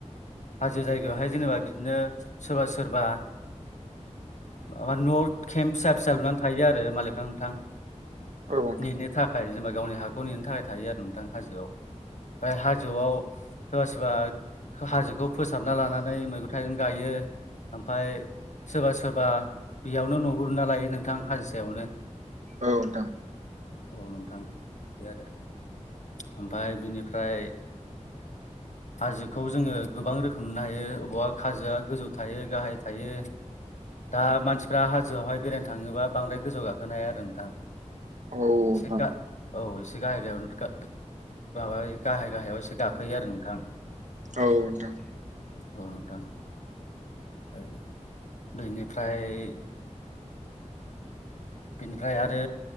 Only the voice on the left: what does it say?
हाजो जायगायावहाय जेनेबा बिदिनो सोरबा सोरबा माबा न' केम फिसा फिसा लुनानै थायो आरो मालायफ्रा नोंथां
नेनो थाखाय जेनेबा गावनि हाखौ नेनो थाखाय थायो आरो नोंथां हाजोआव ओमफ्राय हाजोआव सोरबा सोरबा हाजो फोसाबना लानानै मैगं थाइगं गायो ओमफ्राय सोरबा बा बेयावनो न'बो लुना लायो नोंथां हाजोसायावनो
औ नोंथां बे आरो ओमफफ्राय बिनिफ्राय
हाजोखौ जोङो गोबां रोखोम नुनो हायो अबावबा हाजोआ गोजौ थायो गाहाय थायो दा मानसिफ्रा हाजोआवहाय बेरायनो थाङोबा बांद्राय गोजौ गाखोनो हाया आरो नोंथां
एसे गा औसे एसे गाहाय गाहायाव माब गाहाय गाहायाव एसे गाखोयो आरो नोंथां
औ नोंथां ओमफ्राय बेनिफ्राय बिनिफ्राय आरो